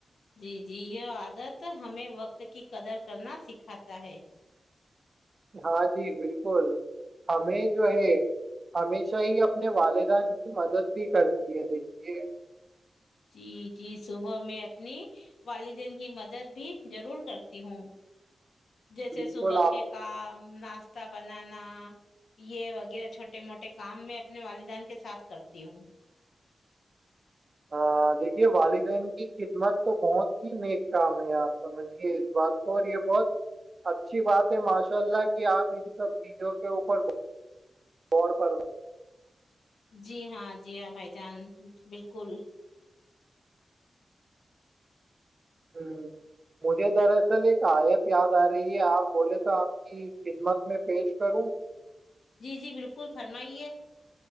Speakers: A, on the left; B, on the right.
A: جی جی یہ عادت ہمیں وقت کی قدر کرنا سکھاتا ہے
B: ہاں جی بالکل ہمیں جو ہے ہمیشہ ہی اپنے والدین کی مدد بھی کرتی ہے دیکھیے
A: جی جی صبح میں اپنی والدین کی مدد بھی ضرور کرتی ہوں جیسے
B: بالکل
A: صبح
B: آپ
A: کے کام ناشتہ بنانا یہ وغیرہ چھوٹے موٹے کام میں اپنے والدان کے ساتھ کرتی ہوں
B: ہاں دیکھیے والدین کی خدمت تو بہت ہی نیک کام ہے آپ سمجھیے اس بات کو اور یہ بہت اچھی بات ہے ماشاء اللہ کہ آپ ان سب چیزوں کے اوپر غور فم
A: جی ہاں جی ہاں بھائی جان بالکل
B: ہ مجھے دراصل ایک آیت یاد آ رہی ہے آپ بولے تو آپ کی خدمت میں پیش کروں
A: جی جی بالکل فرمائیے